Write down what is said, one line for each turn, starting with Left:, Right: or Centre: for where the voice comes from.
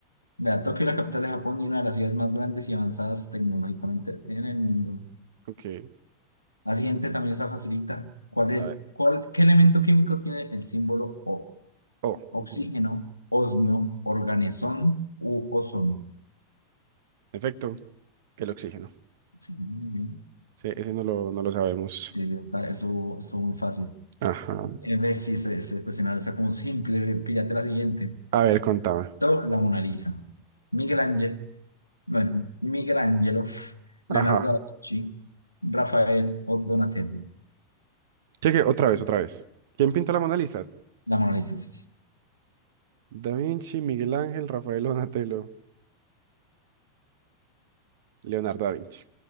Left: Vea, Tokio es la capital de Japón y una de las ciudades más grandes y avanzadas tecnológicamente en el mundo.
Right: ok.
Left: La siguiente también está facilita. ¿Cuál es,
Right: A ver.
Left: cuál, qué elemento químico tiene el símbolo O?
Right: Oh,
Left: Oxígeno,
Right: ujú.
Left: osmio, organezón u ozono.
Right: En efecto, el oxígeno.
Left: Oxígeno, muy bien.
Right: Sí, ese no lo, no lo sabemos.
Left: Sí, está- eso, eso es muy fácil.
Right: Ajá.
Left: Eh, ves, sí, ese, ese cuestionario está como simple. Píllate la siguiente.
Right: A ver, contame.
Left: To- La Mona Lisa. Miguel Ángel, bueno, Miguel Ángelo,
Right: Ajá.
Left: Leonardo da Vinci, Rafael o Donatello.
Right: ¿Qué, qué? Otra vez, otra vez. ¿Quién pintó la Mona Lisa?
Left: La Mona Lisa, sí. sí.
Right: Da Vinci, Miguel Ángel, Rafael Donatello, Leonardo da Vinci.